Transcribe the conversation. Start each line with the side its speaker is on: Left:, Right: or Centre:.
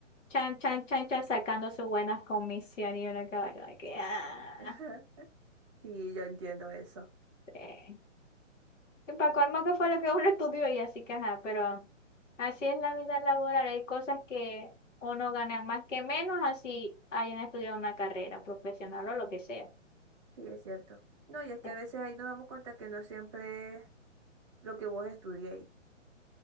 Left: chan, chan, chan, chan, sacando sus buenas comisiones y uno quedaba como que, ah,
Right: <laughs> Sí, yo entiendo eso.
Left: sí. Y para colmo que fue lo que uno <laughs> estudió y así que ajá, pero así es la vida laboral. Hay cosas que uno gana más que menos así hayan estudiado una carrera profesional o lo que sea.
Right: Sí, es cierto. No, y es que
Left: Sí,
Right: a veces ahí nos damos cuenta que no siempre es lo que vos estudiéis,